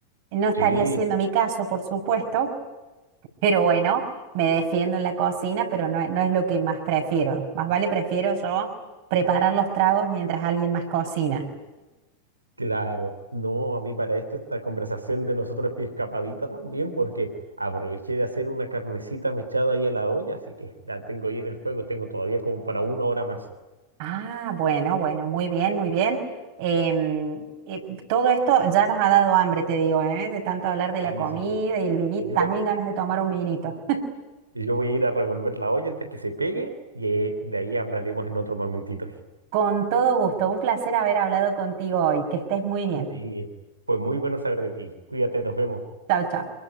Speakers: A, on the right; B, on the right.
A: No estaría
B: Sí,
A: siendo mi caso, por supuesto, pero bueno, me defiendo en la cocina, pero no, no es lo que más prefiero. Más vale prefiero yo preparar los tragos mientras alguien más cocina.
B: Claro, no, a mí para esto esta conversación de nosotros es mi escapadita también, porque aproveché de hacer una carnecita mechada ahí a la olla, así que la tengo ahí en el fuego, tengo todavía como para una hora más.
A: Ah, bueno, bueno, muy bien, muy bien. Em, eh, todo esto ya nos ha dado hambre, te digo, ¿eh? De tanto hablar de
B: Sí,
A: la comida
B: sí, sí.
A: y el vinito,
B: Yo,
A: también ganas de tomar un vinito.
B: yo voy a ir a revolver la olla antes que se pegue y eh, de ahí hablaremos en otro momentito.
A: Con todo gusto, un placer haber hablado contigo hoy. Que estés muy bien.
B: Sí, fue muy bueno saber de ti. Cuídate, nos vemos.
A: Chao, chao.